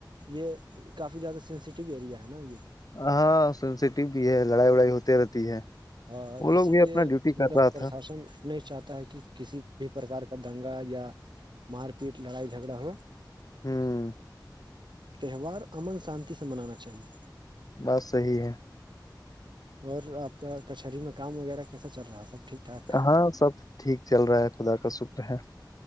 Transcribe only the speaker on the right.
یہ کافی زیادہ سینسیٹیو ایریا ہے نا یہ
ہاں
اسی
لیے
مطلب
پرشاسن
نہیں چاہتا ہے کہ کسی بھی پرک کا دنگا یا مار پیٹ لڑائی جھگڑا ہو
تہوار امن شانتی سے منانا چاہیے
اور آپ کا کچہری میں کام وغیرہ کیسا چل رہا ہے سب ٹھیک ٹھاک